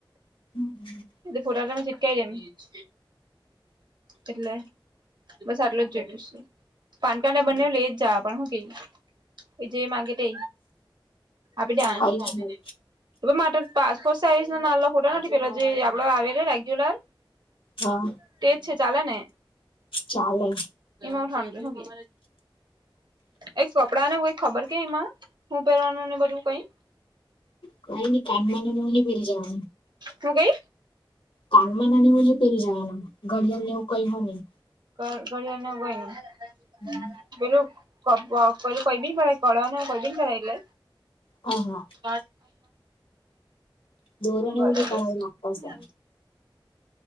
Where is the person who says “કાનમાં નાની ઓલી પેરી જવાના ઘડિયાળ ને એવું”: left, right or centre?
Left